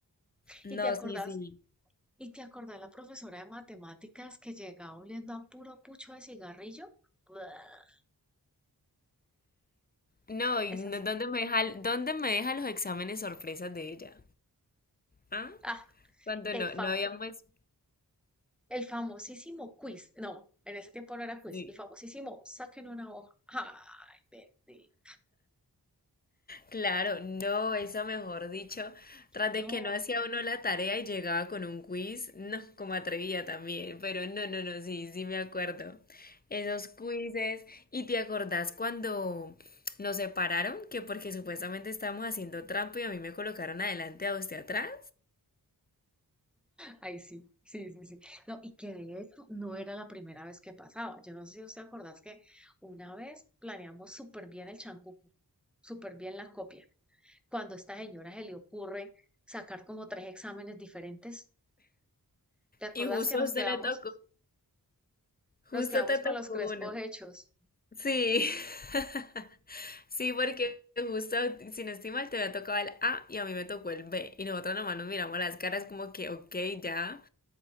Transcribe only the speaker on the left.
No,
sí, sí.
No, y
no- ¿dónde me deja, dónde me deja los exámenes sorpresas de ella? ¿Ah?
Cuando
no,
no habíamos...
sí.
Claro, no, eso mejor dicho, tras
de que no hacía uno la tarea y llegaba con un quiz, no, como atrevía también, pero no, no, no, sí, sí me acuerdo. Esos quizzes, ¿y te acordás cuando nos separaron? Que porque supuestamente estábamos haciendo trampa y a mí me colocaron adelante a usted atrás.
Y justo
a usted
le tocó, justo
te tocó
uno.
Sí, <laughs> sí, porque justo, si no estoy mal, te había tocado el A y a mí me tocó el B. Y nosotros nomás nos miramos las caras como que, ok, ya,